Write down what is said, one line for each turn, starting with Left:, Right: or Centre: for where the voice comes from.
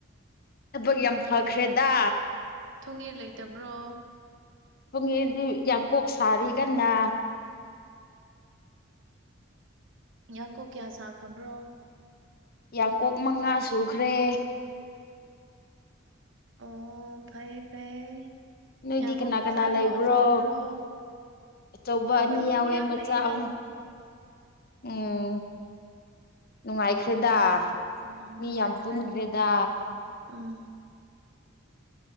Left: ꯊꯕꯛ ꯌꯥꯝ ꯐꯈ꯭ꯔꯦꯗꯥ
Right: ꯊꯣꯡ ꯉꯦ ꯂꯩꯇꯕ꯭ꯔꯣ
Left: ꯄꯨꯡꯌꯦꯟꯗꯤ ꯌꯥꯡꯀꯣꯛ ꯁꯥꯔꯤ ꯀꯟꯅ
Right: ꯌꯥꯡꯀꯣꯛ ꯀꯌꯥ ꯁꯥꯈ꯭ꯔꯕ꯭ꯔꯣ
Left: ꯌꯥꯡ ꯀꯣꯛ ꯃꯉꯥ ꯁꯨꯈ꯭ꯔꯦ
Right: ꯑꯣ ꯐꯩꯌꯦ ꯐꯩꯌꯦ
Left: ꯅꯣꯏꯗꯤ
Right: ꯌꯥꯡꯀꯣꯛ
Left: ꯀꯅꯥ
Right: ꯃꯆꯥꯔꯣ
Left: ꯀꯅꯥ ꯂꯩꯕ꯭ꯔꯣ
Right: ꯑꯆꯧꯕꯔꯣ
Left: ꯑꯆꯧꯕ
Right: ꯑꯩꯈꯣꯏ
Left: ꯑꯅꯤ
Right: ꯃꯤ
Left: ꯌꯥꯎꯋꯦ
Right: ꯃꯌꯥꯝ
Left: ꯃꯆꯥ
Right: ꯂꯩꯌꯦꯗ
Left: ꯑꯍꯨꯝ ꯎꯝ ꯅꯨꯡꯉꯥꯏꯈ꯭ꯔꯦꯗ
Right: ꯎꯝ
Left: ꯃꯤ
Right: ꯅꯨꯡꯉꯥꯏꯈ꯭ꯔꯦ
Left: ꯌꯥꯝ ꯄꯨꯟꯈ꯭ꯔꯦꯗꯥ
Right: ꯎꯝ